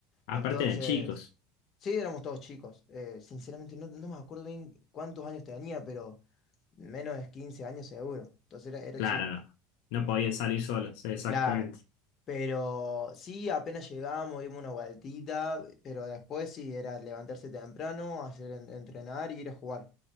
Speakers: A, on the left; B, on the left.
A: Aparte
B: Entonces,
A: eran chicos,
B: sí, éramos todos chicos. Eh, sinceramente, no, no me acuerdo bien cuántos años tenía, pero menos de 15 años seguro. Entonces era, era
A: claro,
B: chico.
A: no. No podían salir solos, exactamente.
B: Claro. Pero sí, apenas llegamos, dimos una vueltita, pero después sí, era levantarse temprano, hacer en- entrenar y ir a jugar.